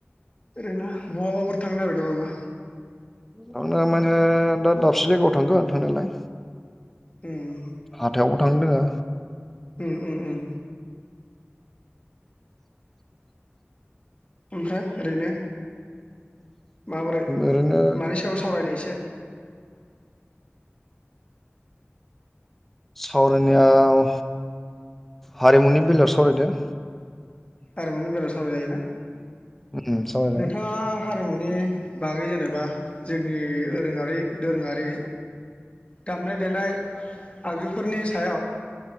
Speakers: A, on the left; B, in the centre.
A: ओरैनो बहाबाफोर थांनो नागिरदों नामा?
B: थांनो माने दा दाबसे जायगायाव थांगोन थांनायालाय।
A: उम
B: हाथायावबो थांनो दोङो।
A: उम उम उम ओमफ्राय ओरैनो माबोरै
B: ओरैनो
A: मानि सायाव सावरायनो एसे
B: सावरायनायाव हारिमुनि बेलायाव सावरायदो।
A: हारिमुनि बेलायाव सावरायजायोना।
B: उम सावरायजागोन।
A: नोंथाङा हारिमुनि बागै जेनेबा जोंनि ओरोङारि दोरोङारि। दामनाय देनाय आगजुफोरनि सायाव